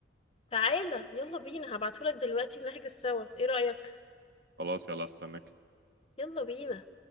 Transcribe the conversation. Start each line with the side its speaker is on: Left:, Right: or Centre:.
Left: تعالى يلا بينا هبعتهولك دلوقتي ونحجز سوا إيه رأيك
Right: خلاص يلا استناك
Left: يلا بينا